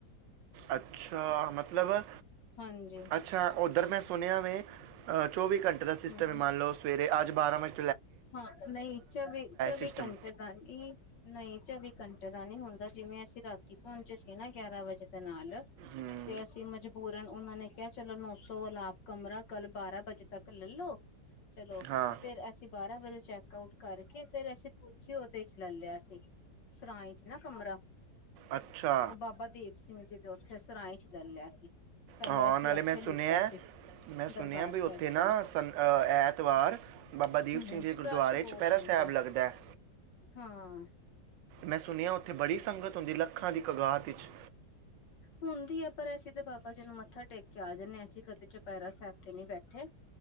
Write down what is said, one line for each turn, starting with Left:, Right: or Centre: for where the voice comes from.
Right: ਅੱਛਾ ਮਤਲਬ
Left: ਹਾਂਜੀ
Right: ਅੱਛਾ ਉਧਰ ਮੈਂ ਸੁਣਿਆ ਵੇ। ਅਹ ਚੌਵੀ ਘੰਟੇ ਦਾ ਸਿਸਟਮ
Left: ਹੂੰ
Right: ਇਹ ਮੰਨ ਲਓ ਸਵੇ ਤੇ ਅੱਜ ਬਾਰਾਂ ਵਜ
Left: ਹਾਂ ਨਹੀਂ ਚਵੀ--ਚੌਵੀ
Right: ਸਿਸਟਮ
Left: ਘੰਟੇ ਦਾ ਨਹੀਂ--ਨਹੀਂ ਚੌਵੀ ਘੰਟੇ ਦਾ ਨੀ ਹੁੰਦਾ ਜਿਵੇਂ ਅਸੀਂ। ਰਾਤੀ ਪਹੁੰਚੇ ਸੀ ਨਾ ਗਿਆਰਾਂ ਵਜੇ ਦੇ ਨਾਲ।
Right: ਹਮ
Left: ਤੇ ਅਸੀਂ ਮਜਬੂਰਨ ਉਹਨਾਂ ਨੇ ਕਿਹਾ ਚਲੋ ਨੋਸੌ ਵਾਲਾ ਕਮਰਾ ਕੱਲ ਬਾਰਾਂ ਵਜੇ ਤੱਕ ਲਲੋ। ਚਲੋ।
Right: ਹਾਂ
Left: ਫੇਰ ਅਸੀਂ ਬਾਰਾਂ ਵਜੇ ਚੈੱਕ ਆਊਟ ਕਰਕੇ ਫੇਰ ਅਸੀਂ। ਸੀ ਉਹਦੇ 'ਚ ਲੈ ਲਿਆ ਸੀ। ਸਰਾਏ 'ਚ ਨਾ ਕਮਰਾ।
Right: ਅੱਛਾ।
Left: ਉਹ ਬਾਬਾ ਦੀਪ ਸਿੰਘ ਜੀ ਦੇ ਉੱਥੇ ਸਰਾਏ 'ਚ ਲੈ ਲਿਆ ਸੀ। ਪਹਿਲੇ
Right: ਹਾਂ
Left: ਅਸੀਂ
Right: ਨਾਲੇ
Left: ਇੱਥੇ
Right: ਮੈਂ
Left: ਲਿੱਤਾ
Right: ਸੁਣਿਆ,
Left: ਸੀ
Right: ਮੈਂ ਸੁਣਿਆ
Left: ਦਰਬਾਰ
Right: ਵੀ ਉੱਥੇ
Left: ਸਾਹਿਬ
Right: ਨਾ
Left: ਕੋਲ
Right: ਸੰਨ ਐਤਵਾਰ ਬਾ ਬਾਬਾ ਦੀਪ
Left: ਹਮ
Right: ਸਿੰਘ ਜੀ ਦੇ ਗੁਰਦੁਆਰੇ
Left: ਰਸ਼ ਬਹੁਤ
Right: ਚੁਪਹਿਰਾ
Left: ਹੁੰਦਾ
Right: ਸਾਹਿਬ ਲੱਗਦਾ ਹੈ।
Left: ਹਾਂ
Right: ਮੈਂ ਸੁਣਿਆ ਉ ਉੱਥੇ ਬੜੀ ਸੰਗਤ ਹੁੰਦੀ, ਲੱਖ ਲੱਖਾਂ ਦੀ ਕਗਾਤ ਵਿੱਚ।
Left: ਹੁੰਦੀ ਹੈ ਪਰ ਅਸੀਂ ਤਾਂ ਬਾਬਾ ਜੀ ਨੂੰ ਮੱਥਾ ਟੇਕ ਕੇ ਆ ਜਾਂਦੇ ਹਾਂ। ਅਸੀਂ ਕਦੇ ਚੁਪਹਿਰਾ ਸਾਹਿਬ 'ਤੇ ਨਹੀਂ ਬੈਠੇ।